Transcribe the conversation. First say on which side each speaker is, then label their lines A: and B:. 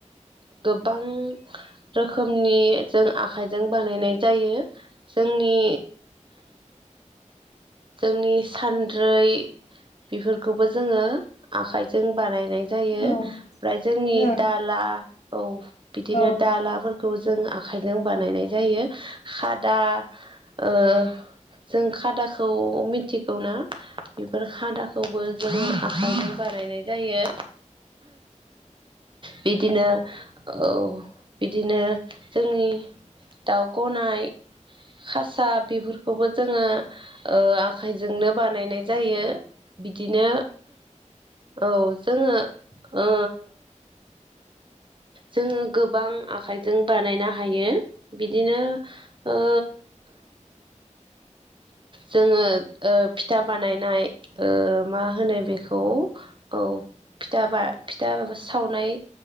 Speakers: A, on the right; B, on the left.
A: गोबां रोखोमनि जों आखाइजों बानायनाय जायो जों जोंनि जोंनि सान्द्रै बेफोर खौबो जोङो आखाइजों बानायनाय जायो
B: औ
A: ओमफ्राय जोंनि
B: औ
A: दाला औ बिदिनो
B: औ
A: दालाफोरखौ जों आखायजों बानायनाय जायो। खादा ओ जों खादाखौ मिथिगौना? बेफोर खादाखौबो जों आखाइजों बानायनाय जायो। बिदिनो औ बिदिनो जोंनि दाउ गनाय खासा बेफोरखौबो जोङो ओ आखाइजोंनो बानायनाय जायो। दिनो औ जोङो ओ जोङो गोबां आखाइजों बानायनो हायो। बिदिनो ओ जोङो ओ फिथा बानायनाय ओ मा होनो बेखौ औ फिथा बा फिथा सावनाय